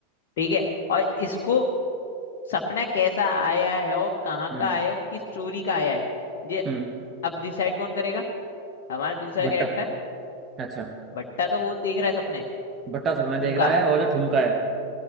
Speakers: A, on the left; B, on the right.
A: ठीक है और इसको सपना कैसा आया है और कहाँ
B: हम्म
A: का आया है और किस चोरी का आया है ये
B: हम्म
A: अब डिसाइड कौन करेगा हमारा दूसरा
B: भट्टा
A: कैरेक्टर
B: अच्छा
A: भट्टा तो वो देख रहा है सपने
B: भट्टा सबने
A: तुमका
B: देख रहा है और जो ठुमका है